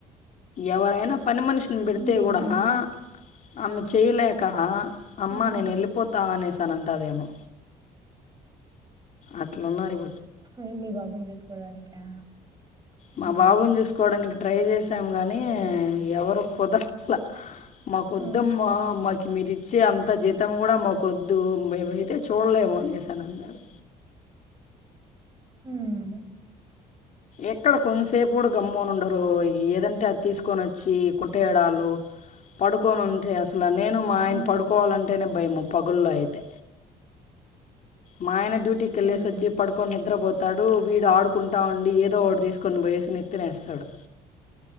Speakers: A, on the left; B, on the right.
A: ఎవరైనా పని మనిషిని పెడితే
B: ఇంకేంటండి
A: కూడా ఆహా ఆమె చేయలేక అమ్మా
B: ఉమ్
A: నేను వెళ్ళిపోతా అనేసి తాను అంటాదేమో అట్లున్నార్ ఇప్
B: ఏ మీ బాబుని చూసుకోవడానికా
A: మా
B: హ్మ్
A: బాబుని చూసుకోవడాని ట్రై చేసి టాం కానీ
B: అదే కదా
A: ఎవరు కుదర వ మాకు
B: హ్మ్
A: వద్దమ్మా మాకి మీరు ఇచ్చే అంత జ మొత్తం కూడా మాకొద్దు మేమైతే చూడలేము అనేసి అన్నారు
B: హమ్
A: ఎక్కడ కొంతసేపు కూడా గమ్మని ఉండరు ఏదం ఆ తీసుకొని వచ్చి కు పేడాలు పడుకొని ఉంటే అస్ లా నేను మా ఆయన
B: హ్మ్
A: పడుకోవాలంటేనే భయంము పగుళ్లు అయితే మా ఆయన్ డ్యూటీకి ఎల్లేసి
B: హ్మ్
A: వచ్చి పడుకొని నిద్రపో తడు వీడు ఆడుకుంటా ఉం ఏదో ఒకటి తీసుకొని పోయేసి నెత్తిన ఏస్తాడు